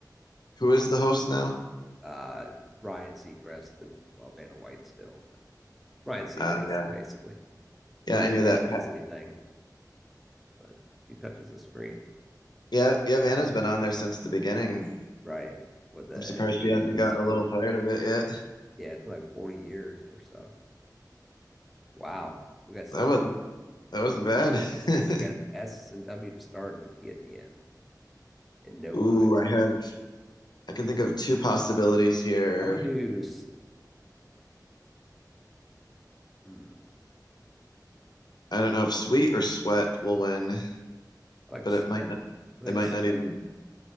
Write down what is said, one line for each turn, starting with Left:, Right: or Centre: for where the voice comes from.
Left: Who is the host now?
Centre: Uh, Ryan Seacrest and well, Vanna White still, but Ryan Seacrest
Left: Uh, yeah.
Centre: basically.
Left: Yeah,
Centre: I don't
Left: I
Centre: know
Left: knew
Centre: if Vanna
Left: that.
Centre: does
Left: Pa-
Centre: anything, but she touches the screen,
Left: Yeah, yeah, Vanna's been on there since the beginning.
Centre: right? With the
Left: I'm surprised
Centre: eighty
Left: she hasn't gotten
Centre: something.
Left: a little tired of it yet.
Centre: Yeah, it's been like forty years or so. Wow, we got Swift
Left: That wasn't that wasn't bad. <laughs>
Centre: So we got the S and W to start and the T at the end and no
Left: Ooh,
Centre: I.
Left: I have I can think of two possibilities here.
Centre: I'm gonna do. Hmm,
Left: I don't know if Sweet or Sweat will win,
Centre: I like
Left: but
Centre: sweat.
Left: it might not
Centre: I think
Left: it might
Centre: sweat.
Left: not even